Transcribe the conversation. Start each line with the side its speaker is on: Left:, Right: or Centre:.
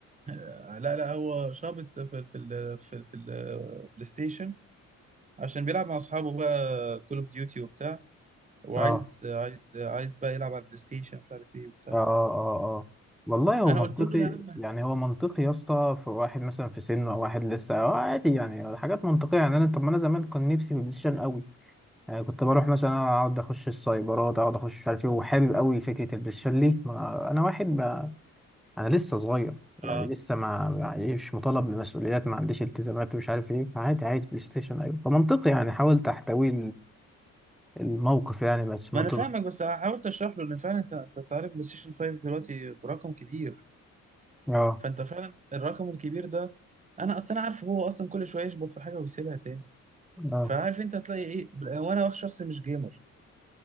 Right: آه، لا لا هو شابط في ال- في ال- في ال- في البلاي ستيشن عشان بيلعب مع اصحابه بقى كول اوف ديوتي وبتاع وعايز
Centre: اه
Right: عايز عايز بقى يلعب على البلاي ستيشن مش عارف ايه وبتاع
Centre: اه اه اه آه. والله هو
Right: انا
Centre: منطقي
Right: قلت له يا عم
Centre: يعني هو منطقي يا اسطى في واحد مثلا في سنه او واحد لسه آه عادي يعني حاجات منطقيه يعني انا طب ما انا زمان كان نفسي في البلاي ستيشن قوي يعني كنت بروح مثلا اقعد اخش السايبرات اقعد اخش مش عارف ايه وحابب قوي فكره البلاي ستيشن ليه ما انا واحد ما انا لسه صغير يعني
Right: اه
Centre: لسه ما يعني مش مطالب بمسؤوليات ما عنديش التزامات ومش عارف ايه فعادي عايز بلاي ستيشن ايوه فمنطقي يعني حاولت احتوي الموقف يعني بس
Right: ما
Centre: ما
Right: انا فاهمك بس حاولت اشرح له ان فعلا انت انت تعرف بلاي ستيشن 5 دلوقتي برقم كبير
Centre: اه
Right: فانت فعلا الرقم الكبير ده انا اصلا عارف هو اصلا كل شويه يشبط في حاجه ويسيبها تاني
Centre: اه
Right: فعارف انت هتلاقي ايه بل- وانا شخص مش جيمر